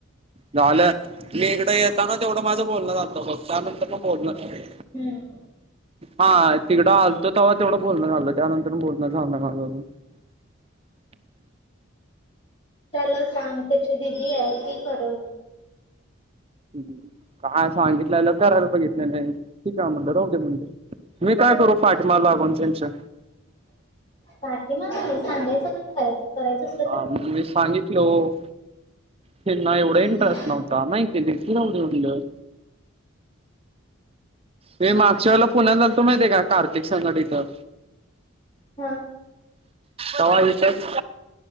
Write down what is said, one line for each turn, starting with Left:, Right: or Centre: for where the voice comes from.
Right: झालं मी इकडं येताना तेवढं माझं बोलणं झालतं बघ त्यानंतरनं बोलणं नाही.
Left: हूं...
Right: हा तिकडं आलतो तेवा तेवढं बोलणं झालतं त्यानंतर बोलणं झालं नाही माझं अजून. <inaudible>
Left: त्याला सांग, त्याची दिदी हाय ती करल.
Right: ह. ह. काय सांगितल्यालं करायला पाहिजेत. ते नाही ठीक आहे म्हटलं, राहू दे म्हटलं, मी काय करू पाठी मागं लागून त्यांच्या.
Left: पाठीमागं नाही सांगायचं काम करायचं, करायचं अस
Right: हा मी सांगितलं हो, त्यांना इंटरेस्ट
Left: हम्म
Right: नव्हता. ता नाही केलीस की, राहू दे म्हटलं. मी मागच्या वळेला पुण्यात आलतो माहित्या काय कार्तिक संघट इथं
Left: हा
Right: तवा हितंच